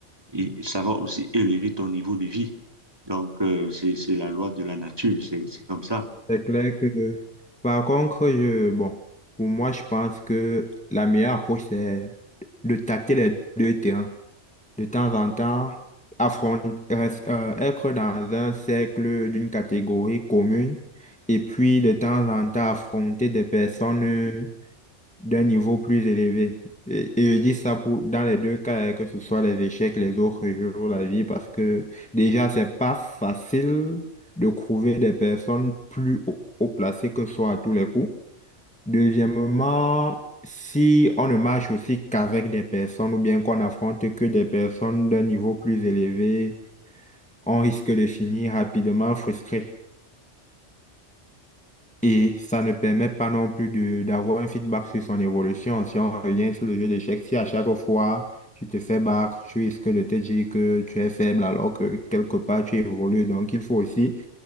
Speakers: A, on the right (about 20°); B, in the centre.
A: et ça va aussi élever ton niveau de vie. Donc, euh, c'est, c'est la loi de la nature. C'est, c'est comme ça.
B: c'est clair que... Par contre, je, bon, pour moi, je pense que la meilleure approche, c'est de tâter les deux terrains. De temps en temps, affronter, être dans un cercle d'une catégorie commune et puis de temps en temps affronter des personnes d'un niveau plus élevé. Et, et je dis ça pour, dans les deux cas, euh, que ce soit les échecs, les autres jeux ou la vie, parce que déjà, c'est pas facile de trouver des personnes plus haut, haut placées que soi à tous les coups. Deuxièmement, si on ne marche aussi qu'avec des personnes ou bien qu'on affronte que des personnes d'un niveau plus élevé, on risque de finir rapidement frustré. Et ça ne permet pas non plus de d'avoir un feedback sur son évolution. Si on revient sur le jeu d'échecs, si à chaque fois tu te fais battre, tu risques de te dire que tu es faible alors que quelque part tu évolues. Donc il faut aussi